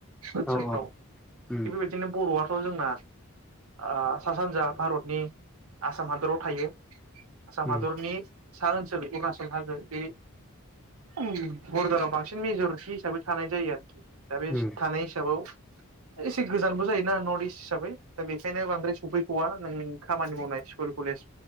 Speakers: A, on the right (about 80°); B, in the centre.
A: ओनसोलफ्राव
B: औ औ उम
A: थिग बेबायदिनो बर'आथ' जोंना ओ सा सानजा भारतनि आसाम हादराव थायो। आसाम
B: उम
A: हादरनि सा ओनसोल अरुणाचल हाजो बे उम बरडाराव बांसिन मेजरिटि हिसाबै थानाय जायो आरोखि। दा बेस
B: उम
A: थानाय हिसाबाव एसे गोजानबो जायोना नर्थ इस्ट हिसाबै दा बेखायनो बांद्राय सफैख'वा नों खामानि मावनाय स्कुल कलेज